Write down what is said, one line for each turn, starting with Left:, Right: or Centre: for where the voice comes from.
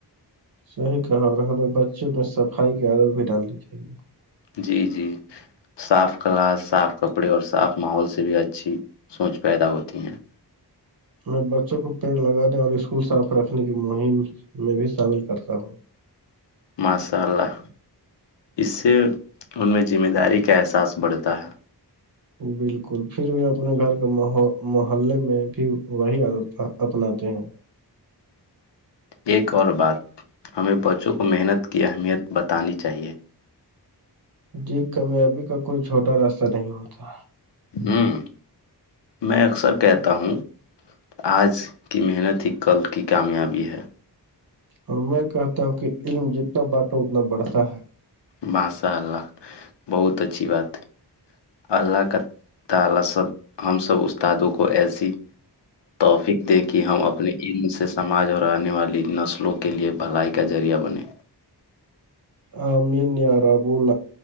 Right: صحیح کہا اور ہمیں بچوں میں صفائی کی عادت بھی ڈالنی چاہیے
Left: جی جی صاف کلاس صاف کپڑے اور صاف ماحول سے بھی اچھی سوچ پیدا ہوتی ہیں
Right: میں بچوں کو پیڑ لگانے اور اسکول صاف رکھنے کی مہم میں بھی شامل کرتا ہوں
Left: ماشاء اللہ اس سے ان میں ذمہ داری کا احساس بڑھتا ہے
Right: بالکل پھر بھی اپنے گھر کے م محللے میں بھی وہی آدت اپناتے ہیں
Left: ایک اور بات ہمیں بچوں کو محنت کی اہمیت بتانی چاہیے
Right: جی کامیابی کا کوئی چھوٹا راستہ نہیں ہوتا
Left: ہوں میں اکثر کہتا ہوں آج کی محنت ہی کل کی کامیابی ہے
Right: اور میں کہتا ہوں کہ علم جتنا بانٹا اتنا بڑھتا ہے
Left: مساء اللہ بہت اچھی بات اللہ کا تعالی سب ہم سب استادوں کو ایسی توفق دیں کہ ہم اپنے علم سے سماج اور آنے والی نسلوں کے لئے بھلائی کا ذریعہ بنے
Right: آمین یا ربول